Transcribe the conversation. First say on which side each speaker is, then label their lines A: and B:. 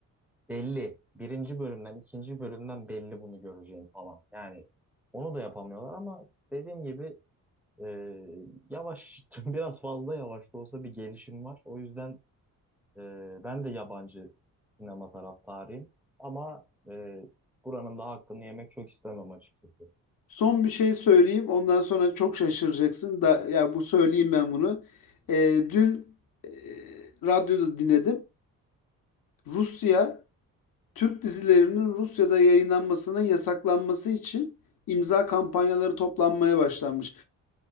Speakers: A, in the centre; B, on the left.
A: belli. Birinci bölümden ikinci bölümden belli bunu göreceğim falan. Yani onu da yapamıyorlar ama dediğim gibi e, yavaş <laughs> biraz fazla yavaş da olsa bir gelişim var. O yüzden ee, ben de yabancı sinema taraftarıyım. Ama e, buranın da hakkını yemek çok istemem açıkçası.
B: Son bir şey söyleyeyim. Ondan sonra çok şaşıracaksın. Da, ya bu söyleyeyim ben bunu. Ee, dün e, radyoda dinledim. Rusya Türk dizilerinin Rusya'da yayınlanmasının yasaklanması için imza kampanyaları toplanmaya başlanmış.